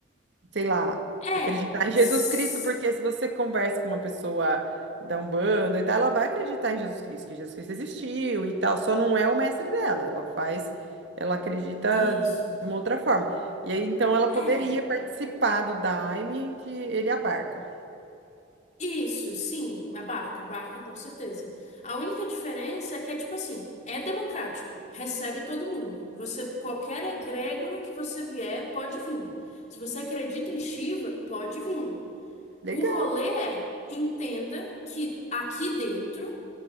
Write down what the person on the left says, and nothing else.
É.
Sim.
Isso.
É.
Isso, sim, a barca, a barca com certeza. A única diferença é que é tipo assim, é democrático, recebe todo mundo. Você, qualquer egrégora que você vier, pode vir. Se você acredita em Shiva, pode vir. O
rolê é, entenda que aqui dentro,